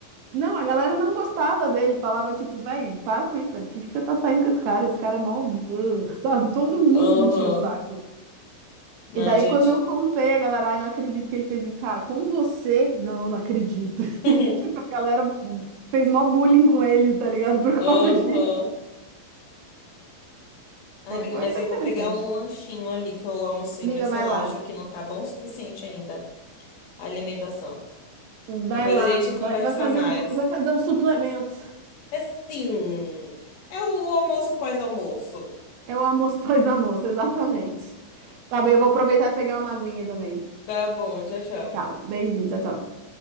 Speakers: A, on the right (about 80°); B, on the left (about 60°).
A: Não, a galera não gostava dele. Falava, tipo, véi, para com isso, velho. Por que que você tá saindo com esse cara? Esse cara é mó... blá", Sabe? Todo mundo
B: lá. Aham.
A: enchia o saco.
B: Não,
A: E daí,
B: gente.
A: quando eu contei, a galera, ai, não acredito que ele fez isso. Cara, com você? Não, não acredito. <laughs>
B: <laughs>
A: A galera fez mó bullying com ele, tá ligado? Por
B: Aham.
A: causa disso.
B: Ai,
A: Foi,
B: amiga,
A: foi,
B: mas
A: foi
B: eu
A: interessante.
B: vou pegar um lanchinho ali que eu almocei,
A: Amiga,
B: mas sei
A: vai
B: lá,
A: lá.
B: acho que não tá bom o suficiente ainda a alimentação.
A: Vai
B: Depois
A: lá.
B: a gente conversa
A: Vai, vai fazer
B: mais.
A: um, vai fazer um suplemento.
B: É sim, é o almoço pós-almoço.
A: É o almoço <laughs> pós almoço, exatamente. Tá bem, eu vou aproveitar e pegar uma aguinha também.
B: Tá bom, tchau, tchau.
A: Tá, beijinho, tchau, tchau.